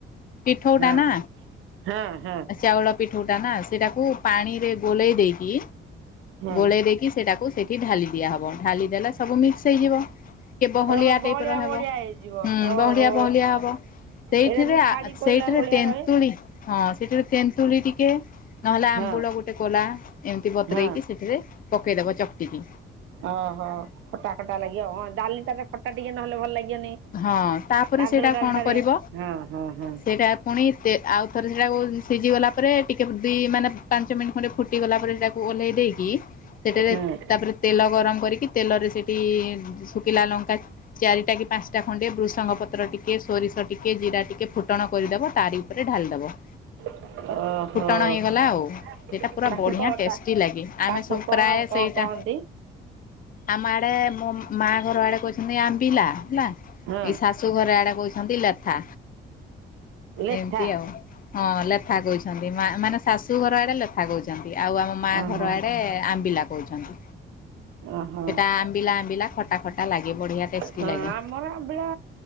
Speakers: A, on the left; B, on the right.
A: ପିଠଉଟା
B: ହଁ
A: ନା
B: ହଁ
A: ଚାଉଳ ପିଠୋଉ ଟା ନା ସେଟାକୁ ପାଣିରେ ଗୋଳେଇ ଦେଇକି
B: ହଁ
A: ଗୋଳେଇ ଦେଇକି ସେଟାକୁ ସେ ଢାଲି ଦିଆହବ ଢାଲି ଦେଲେ ସବୁ ମିକ୍ସ ହେଇଯିବ। ଟିକେ ବହଳିଆ
B: ଓହୋ
A: ଟାଇପ ର ହବ।
B: ବହଳିଆ ହେଇଯିବ
A: ହୁଁ
B: ଓହୋ
A: ବହଳିଆ ବହଳିଆ ହବ। ସେଇଥିରେ
B: ଏଇଟା ଯୋଉ
A: ଆ
B: ଛାଡି ପଡିଲା
A: ସେଇଥିରେ
B: ଭଳିଆ
A: ତେନ୍ତୁଳି
B: ରହେ
A: ହଁ ସେଇଠିରେ ତେନ୍ତୁଳି ଟିକେ ନହେଲେ ଆମ୍ବୁଳ
B: ହଁ
A: ଗୋଟେ କୋଲା ଏମିତି ବତରେଇକି
B: ହଁ
A: ସେଥିରେ ପକେଇଦବ ଚକଟିିକି।
B: ଓହୋ ଖଟା ଖଟା ଲାଗିବ। ହଁ ଡାଲି ଟାରେ ଖଟା ଟିକେ ନହେଲେ ଭଲ ଲାଗିବନି।
A: ହଁ ତାପରେ
B: କାଦୁଅ
A: ସେଇଟା
B: ଡାଲିଟାରେ
A: କଣ କରିବ,
B: ହଁ ହଁ ହଁ
A: ସେଇଟା ପୁଣି ଆଉଥରେ ସେଇଟାକୁ ସିଝିଗଲା ପରେ ଟିକେ ଦୁଇ ମାନେ ପାଞ୍ଚ ମିନିଟ୍ ଖଣ୍ଡେ ଫୁଟି ଗଲା ପରେ ସେଟାକୁ ଓହ୍ଲେଇ ଦେଇକି ସେଠାରେ
B: ହଁ
A: ତାପରେ ତେଲ ଗରମ କରିକି ତେଲରେ ସେଇଠି ଶୁଖିଲା ଲଙ୍କା ଚାରିଟା କି ପାଞ୍ଚଟା ଖଣ୍ଡେ ଭୃଷଙ୍ଗ ପତ୍ର ଟିକେ ସୋରିଷ ଟିକେ ଜିରା ଟିକେ ଫୁଟଣ କରିଦବ ତାରି ଉପରେ ଢାଳିଦବ।
B: <unintelligible> ହଁ
A: ଫୁଟଣ ହେଇଗଲା
B: ତାକୁ
A: ଆଉ ସେଇଟା ପୁରା ବଢ଼ିଆ
B: କଣ
A: ଟେଷ୍ଟି
B: ତା
A: ଲାଗେ ଆମେ
B: ତାକୁ
A: ସବୁ
B: କଣ
A: ପ୍ରାୟ
B: କଣ
A: ସେଇଟା
B: କହନ୍ତି? <inaudible>
A: ଆମ ଆଡେ ମୋ ମା ଘର ଆଡେ କହିଛନ୍ତି ଆମ୍ବିଲା ହେଲା।
B: ହଁ
A: ଏଇ ଶାଶ ଶୁ ଘର ଆଡେ କହୁଛନ୍ତି ଲେଥା
B: ଲେଥା
A: ଏମତି ଆଉ। ହଁ ଲେଥା କହୁଛନ୍ତି ମାନେ ଶାଶୁ ଘର ଆଡେ ଲେଥା କହୁଛନ୍ତି। ଆଉ ଆମ ମା
B: ଓହୋ।
A: ଘର ଆଡ଼େ ଆମ୍ବିଲା କହୁଛନ୍ତି।
B: ଓହୋ
A: ସେଟା ଆମ୍ବିଲା ଆମ୍ବିଲା ଖଟା ଖଟା ଲାଗେ ବଢିଆ ଟେଷ୍ଟି
B: ହଁ
A: ଲାଗେ।
B: ଆମର ଆମ୍ବିଳା